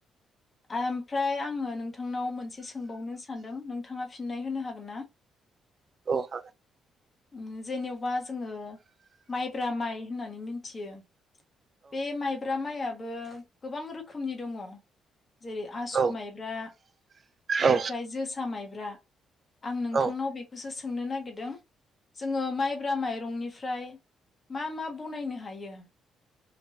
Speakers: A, on the left; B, on the right.
A: आमफ्राय आङो नोंथांनाव मोनसे सो बावनो सानदों नोंथाङा फि नाय होनो हागोन ना?
B: औ हागोन ।
A: उम जेनेबा जोङो माइब्रा माइ होननानै मिनथियो । बे माइब्रा माइआब बो गोबां रोखोमनि दङ जेरै आसु
B: औ
A: माइब्रा एनिफ्राय
B: औ
A: जोसा माइब ब्रा आं नोंथांनाव
B: औ
A: बेखौसो सो सोंनो नागिरदों जोङो माइब्रा माइरंनिफ्राय मा मा बनायनो हायो?